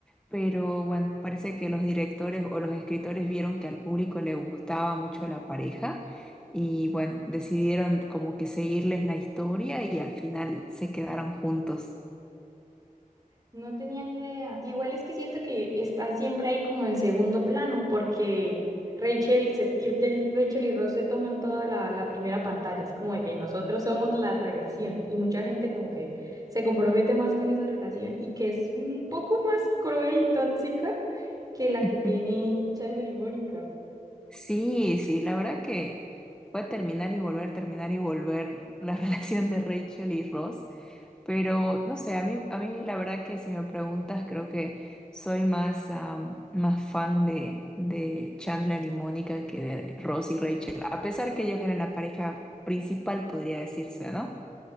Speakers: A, in the centre; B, on the right (about 25°).
A: pero bueno, parece que los directores o los escritores vieron que al público le gustaba mucho la pareja y bueno, decidieron como que seguirles la historia y al final se quedaron juntos.
B: No tenía ni idea. Igual es que siento que están siempre ahí como en segundo plano, porque Rachel, se- y- y- Rachel y Ross se toman toda la, la primera pantalla. Es como de que nosotros somos la relación y mucha gente como que se compromete más con esa relación y que es un poco más cruel y tóxica que la que
A: <laughs>
B: tienen Chandler y Mónica.
A: Sí, sí, la verdad que fue terminar y volver, terminar y volver la <laughs> relación de Rachel y Ross, pero no sé, a mí, a mí la verdad que si me preguntas creo que soy más, am, más fan de, de Chandler y Mónica que de Ross y Rachel, a pesar que ellos eran la pareja principal, podría decirse, ¿no?